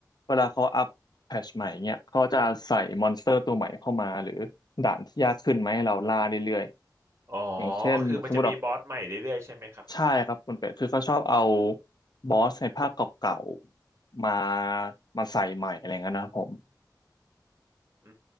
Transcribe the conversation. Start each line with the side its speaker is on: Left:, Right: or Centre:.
Left: เวลาเขาอัปแพทชใหม่เนี่ยเขาจะใส่มอนสเตอร์ตัวใหม่เข้ามาหรือด่านที่ยากขึ้นไหมาให้เราล่าเรื่อยๆอย่างเช่นสมมติแบบ
Right: อ๋อคือมันจะมีบอสใหม่เรื่อยๆใช่ไหมครับ
Left: ใช่ครับคุณเป็ดคือเขาชอบเอาบอสในภาคเก่าๆมามาใส่ใหม่อะไรเงี้ยนะครับผม
Right: อื